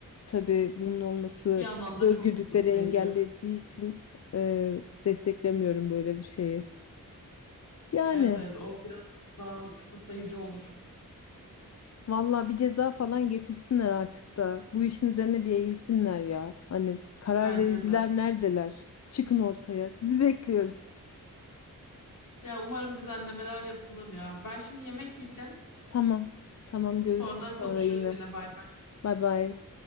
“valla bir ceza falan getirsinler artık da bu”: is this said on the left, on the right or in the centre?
Left